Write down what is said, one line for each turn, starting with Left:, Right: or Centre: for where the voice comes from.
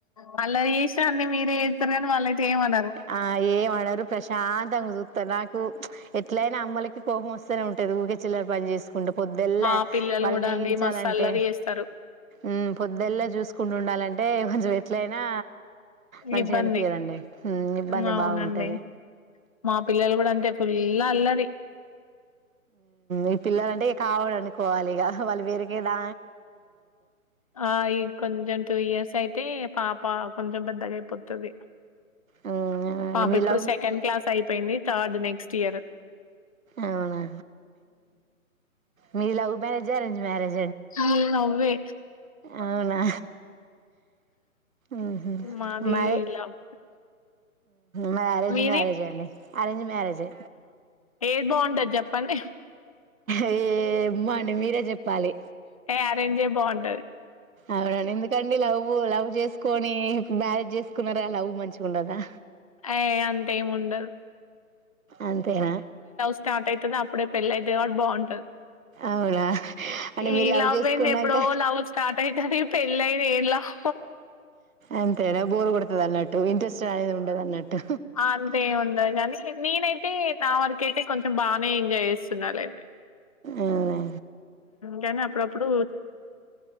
Left: వాళ్ళది చేష్టం అడి మీరే ఇస్తారు కానీ వాళ్ళయితే ఏయమన్నారు
Right: ఆ ఏమనరు ప్రశాంతంగా చూత్తరు నాకు ఎట్లయినా అమ్మలకి కోపం వస్తేనే ఉంటది ఊకే చిల్లలు పని చేసుకు ఉంటే పొద్దుళ్ళ
Left: మా పిల్లలు
Right: వాళ్ళని
Left: గూడా
Right: వేగించాలంటే
Left: అండి మస్తు అల్లరి చేస్తారు.
Right: ే పొద్దులా చూసుకుంటు ఉండాలంటే అజ ఎట్లయినా మంచిగా
Left: ఇబ్బంది.
Right: అనిపించదండి ఇబ్బంది
Left: హ్మ్. అవునండి.
Right: బాగుంటది
Left: మా పిల్లలు గూడా అంతే ఫుల్ అల్లరి.
Right: ఈ పిల్లల అంటే కావడానికి పోవాలిగా వాళ్ళి పేరుకిేదా
Left: ఆ ఈ కొంచెం టూ ఇయర్స్ అయితే పాప కొంచెం పెద్దగా అయిపోతుది
Right: హ్మ్.
Left: బబ
Right: మీ
Left: ఇప్పుడు
Right: లవ్
Left: సెకండ్ క్లాస్ అయిపోయింది థర్డ్ నెక్స్ట్ టియారు
Right: అవునా మీది లవ్ మ్యేజ అరంజ్ మ్యేజ్
Left: న నవ్వే
Right: అవునా ఉ
Left: మాది
Right: మరి
Left: లవ్
Right: మరి అరేంజ్
Left: మీది
Right: మ్యారేజే అండి అరేంజ్ మ్యారేజే
Left: ఏది బాగుంటది చెప్పండి
Right: ఏ ఇమ అండి మీరే చెప్పాలి
Left: ఏ అరేంజే బాగుంటది
Right: అవునా నిందు కంలావు లవ్ చేసుకొని మ్యారేజ్ చే తీసుకున్నారు అలా అవ్వు మంచిగా ఉండదా
Left: ఆ అంతము ఉండ
Right: అంతేనా
Left: స్టార్ట్ అయితది అప్పుడే పెళ్లి అయితది కాబట్టి బాగుంటది
Right: అవునా అంటే మీరు
Left: ఈ
Right: లవ్ చేసుకున్నాక
Left: ఏంది ఎప్పుడో లవ్ స్టార్ట్ అయితది పెళ్ళైంది ఏం లవ్
Right: అంతేనా బోరు కొడుతుంది అన్నట్టు ఇంట్రెస్ట్ అనేది ఉండదు అన్నట్టు
Left: అంతే ఉండదు కానీ నీ నేనైతే నా వరకయితే కొంచెం బాగానే ఎంజాయ్ చేస్తున్నానుండి
Right: అవునా?
Left: కనీ ప్రప్పుడు